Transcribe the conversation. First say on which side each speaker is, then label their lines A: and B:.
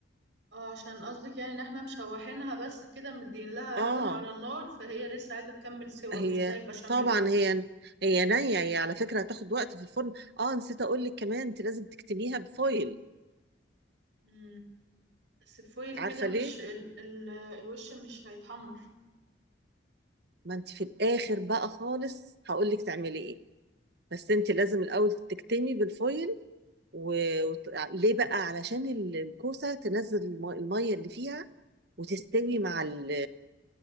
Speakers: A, on the right; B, on the right.
A: اه عشان قصدك يعني ان احنا مشوحينها بس كده مدين لها
B: اه
A: لون على النار فهي لسه عايزه تكمل سوا
B: هي
A: مش زي البشاميل
B: طبعا هي هي نية هي على فكرة هتاخد وقت في الفرن اه نسيت أقول لك كمان أنت لازم تكتميها بفويل
A: امم بس فويل كده
B: عارفة
A: مش
B: ليه؟
A: ال ال الوش مش هيتحمر
B: ما أنت في الآخر بقى خالص هقول لك تعملي إيه بس أنت لازم الأول تكتمي بالفويل و... وت- ليه بقى علشان ال- الكوسة تنزل الم- المية اللي فيها وتستوي
A: امم
B: مع ال...